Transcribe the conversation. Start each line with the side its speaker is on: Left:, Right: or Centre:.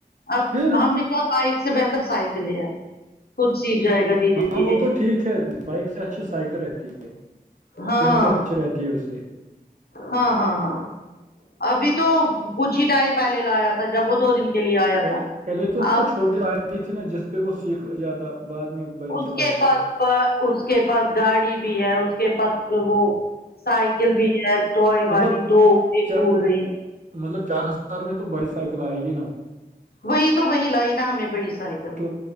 Left: اب
Right: پھر
Left: ہم نے کہ بائک سے بہتر سائیکل ہے کچھ سیکھ جائے گا دھیرے
Right: ہاں
Left: دھیرے
Right: وہ تو ٹھیک ہے بائک سے اچھی سائیکل رہتی ہے
Left: ہاں
Right: صحت بھی اچھی رہتی ہے اس سے
Left: ہاں ہاں ہاں ابھی تو کچھ ہی ٹائم پہلے لایا تھا جب وہ دو دن کے لیے آیا
Right: پہل-
Left: تھا
Right: پہلے تو اس
Left: اپ
Right: کو چھوٹی لائ تھی نا جس پہ وہ سیکھ جاتا بعد میں بائک
Left: اس
Right: چلا
Left: کے
Right: لیتا
Left: پاس اس کے پاس گاڑی بھی ہے اس کے پاس وہ سائیکل بھی ہے ٹوائے
Right: مطلب
Left: والی دو
Right: چا-
Left: ٹوٹ گئی
Right: مطلب چار ہزار میں تو بڑی سائیکل آئے گی نا
Left: وہی تو وہی لائی نا ہم نے بڑی سائیکل
Right: تو